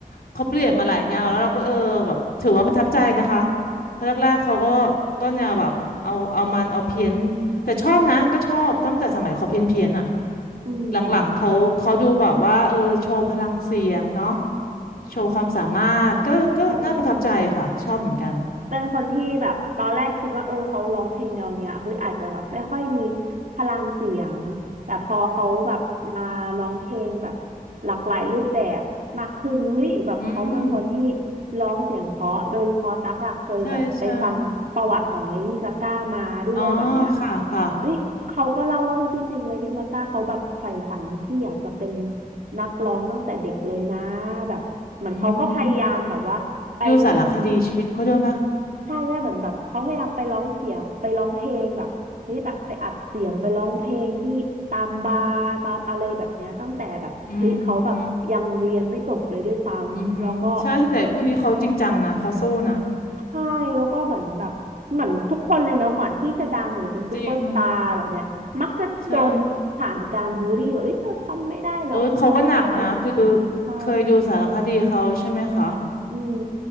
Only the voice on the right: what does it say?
อืม
ใช่ เป็นคนที่แบบตอนแรกคิดว่าเออเขาร้องเพลงแนวเนี้ยเฮ้ยอาจจะแบบไม่ค่อยมีพลังเสียงแต่พอเขาแบบมาร้องเพลงแบบหลากหลายรูปแบบมากขึ้นเฮ้ยแบบเขาเป็นคนที่
ร้องเสียงเพราะโดยเฉพาะตั๊กอะเคยแบบไปฟังประวัติของเลดี้กาก้ามาด้วยแบบเนี้ย
เฮ้ยเขาก็เล่าว่าเฮ้ยจริงๆเลดี้กาก้าเขาแบบใฝ่ฝันที่อยากจะเป็นนักร้องตั้งแต่เด็กเลยนะแบบเหมือนเขาก็พยายามแบบว่าไป
ใช่ได้วเหมือนแบบเขาพยายามไปร้องเสียงไปร้องเพลงแบบเฮ้ยแบบไปอัดเสียงไปร้องเพลงที่ตามบาร์ตามอะไรแบบเนี้ยตั้งแต่แบบเฮ้ยเขาแบบยังเรียนไม่จบเลยด้วยซ้ำแล้วก็
ใช่แล้วก็เหมือนแบบเหมือนทุกคนเลยเนาะก่อนที่จะดังหรือเป็นซูเปอร์สตาร์แบบเนี้ยมักจะโดนผ่านการบูลลี่แบบเอ้ยเธอทำไม่ได้หรอกเธออะไรแบบเนี้ยใช่
อืม